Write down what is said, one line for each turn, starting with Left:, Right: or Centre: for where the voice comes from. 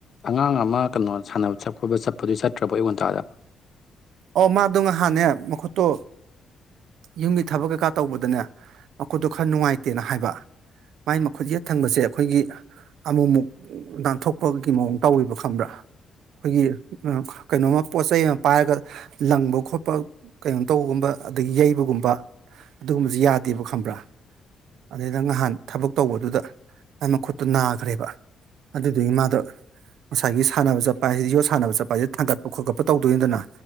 Left: ꯑꯉꯥꯡ ꯑꯃ ꯀꯩꯅꯣ ꯁꯥꯟꯅꯕꯠ ꯈꯣꯠꯄ ꯆꯠꯄꯗꯨꯣ ꯆꯠꯇ꯭ꯔꯕꯣ ꯑꯩꯌꯨ ꯉꯟꯇꯥꯗ
Right: ꯑꯣ ꯃꯥꯗꯣ ꯉꯍꯥꯟꯅꯦ ꯃꯈꯨꯠꯇꯣ ꯌꯨꯝꯒꯤ ꯊꯕꯛ ꯀꯩꯀꯥ ꯇꯧꯕꯗꯅꯦ ꯃꯈꯣꯏꯗꯣ ꯈꯔ ꯅꯨꯡꯉꯥꯏꯇꯦꯅ ꯍꯥꯏꯕ ꯃꯥꯏ ꯃꯈꯨꯠ ꯌꯦꯠ ꯊꯪꯕꯁꯦ ꯑꯩꯈꯣꯏꯒꯤ ꯑꯃꯨꯛꯃꯨꯛ ꯅꯥꯟꯊꯣꯛꯄꯒꯤ ꯃꯑꯣꯡ ꯇꯧꯋꯕ ꯈꯪꯕ꯭ꯔꯥ ꯑꯩꯈꯣꯏꯒꯤ ꯀꯩꯅꯣꯃ ꯄꯣꯠ ꯆꯩꯩ ꯑꯃ ꯄꯥꯏꯔꯒ ꯂꯪꯕ ꯈꯣꯠꯄ ꯀꯩꯅꯣ ꯇꯧꯕꯒꯨꯝꯕ ꯑꯗꯒꯤ ꯌꯩꯕꯒꯨꯝꯕ ꯑꯗꯨꯒꯨꯝꯕꯁꯨ ꯌꯥꯗꯦꯕ ꯈꯪꯕ꯭ꯔꯥ ꯑꯗꯨꯗꯩꯗ ꯅꯍꯥꯟ ꯊꯕꯛ ꯇꯧꯕꯗꯨꯗ ꯑꯩ ꯃꯈꯨꯠꯇꯨ ꯅꯥꯈ꯭ꯔꯦꯕ ꯑꯗꯨꯗꯨꯒꯤ ꯃꯥꯥꯗꯣ ꯉꯁꯥꯏꯒꯤ ꯁꯥꯟꯅꯕ ꯆꯠꯄ ꯍꯥꯏꯁꯤꯗꯤ ꯌꯣꯠ ꯁꯥꯟꯅꯕ ꯆꯠꯄ ꯍꯥꯏꯁꯤꯗ ꯊꯥꯡꯒꯠꯄ ꯈꯣꯠꯀꯠꯄ ꯇꯧꯗꯣꯏꯅꯤꯗꯅ